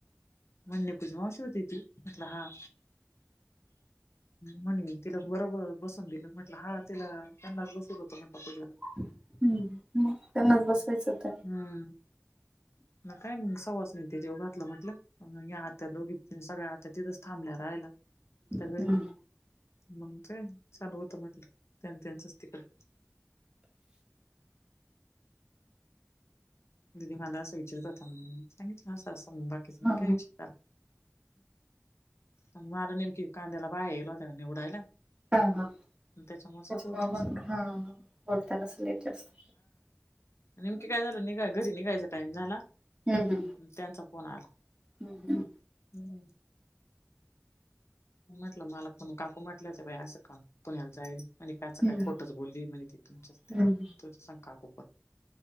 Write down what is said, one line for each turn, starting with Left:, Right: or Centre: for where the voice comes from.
Left: म्हणलं निकूची मावशी होती ती. म्हटलं हा, म्हणे तिला बरोबर बसून दिलं म्ह हा तिला त्यांनाच बसल होतो, म्हटल पूजेला.
Right: हम्म. मग त्यांनाच बसवायचं होतं.
Left: हम्म.. मग काय सुवासनी ते जेवू घातलं म्हटलं. आत्या दोघी सगळ्या, आत्या तिथंच थांबल्या राहाला त्या
Right: हम्म
Left: घरी. मग तेय चालू होत म्हटलं, त्यांच त्यांच तिकडं. दिदी मला असं विचारत होता, म्हणून सांगितलं असं असं <unintelligible> कसल
Right: हा हा
Left: काही विस्तार. आणि मला नेमकी कांद्याला बाय येल होत निवडायला.
Right: हा हा..
Left: त्याच्यामुळे
Right: तेच्या
Left: चालू होत
Right: मुळ
Left: अस
Right: मग ह.. ह.. बोलतान असं लै चं जास्त.
Left: निमकी काय झालं निघाय. घरी निघायचा टाइम झाला,
Right: हम्म
Left: त्यांचा फोन आला.
Right: हम्म
Left: हम.. म्हटलं मला कोणी काकू म्हटलं, तर असं का पुण्याला जाईल. आणि काच
Right: हम्म
Left: काय खोटंच बोलली म्हणे, ति तुमच्या
Right: हम्म
Left: आत्या
Right: हम्म
Left: तुच सांग काकूपण.